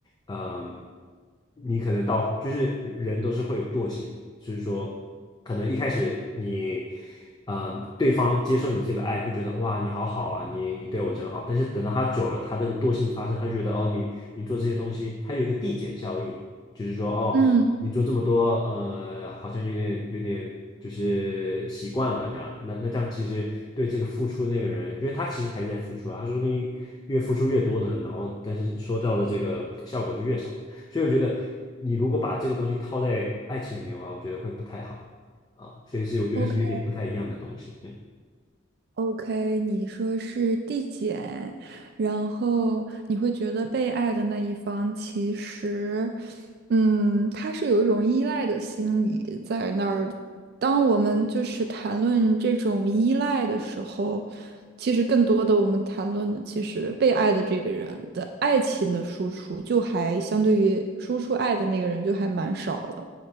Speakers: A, on the left (about 20°); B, on the right (about 50°).
A: 嗯、你可能到就是人都是会有惰性，所以说，可能一开始你，呃，对方接受你这个爱，会觉得哇，你好好啊，你你对我真好。但是等到他久了，他这个惰性发生，他觉得哦，你你做这些东西，它有一个递减效应，就是说哦，
B: 嗯。
A: 你做这么多，呃，好像有点有点就是习惯了这样。那那这样其实对这个付出那个人，因为他其实还是在付出啊，他说不定越付出越多呢，然后但是收到的这个效果是越少。所以我觉得你如果把这个东西套在爱情里面的话，我觉得会不太好啊。所以是我觉得是有点不太一样的东西。
B: OK。
A: 嗯
B: OK，你说是递减，然后你会觉得被爱的那一方其实，嗯，他是有一种依赖的心理在那儿的。当我们就是谈论这种依赖的时候，其实更多的我们谈论的其实被爱的这个人的爱情的输出，就还相对于输出爱的那个人就还蛮少了。